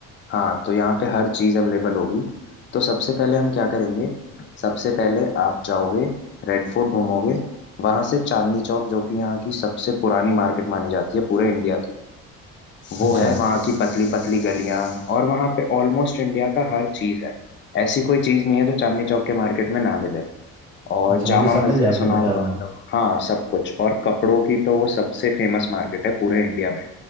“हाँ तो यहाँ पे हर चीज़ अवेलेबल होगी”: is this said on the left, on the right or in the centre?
Left